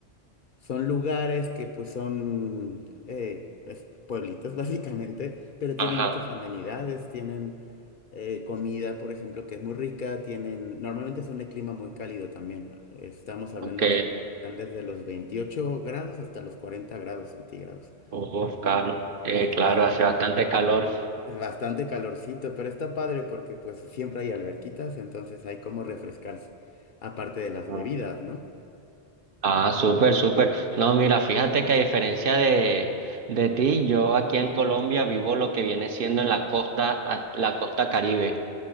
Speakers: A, on the left; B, on the right.
A: Son lugares que pues son eh, es- pueblitos <laughs> básicamente, pero tienen
B: Ajá,
A: muchas amenidades, tienen eh, comida, por ejemplo, que es muy rica, tienen, normalmente son de clima muy cálido también. Estamos hablando
B: ok.
A: que están desde los 28 grados hasta los 40 grados centígrados.
B: Uf, claro, eh,
A: Está
B: claro, hace bastante calor.
A: bastante calorcito, pero está padre porque pues siempre hay alberquitas, entonces hay como refrescarse, aparte de las
B: Ah,
A: bebidas, ¿no?
B: Ah, súper, súper. No, mira, fíjate que a diferencia de, de ti, yo aquí en Colombia vivo lo que viene siendo en la costa, a- la costa Caribe.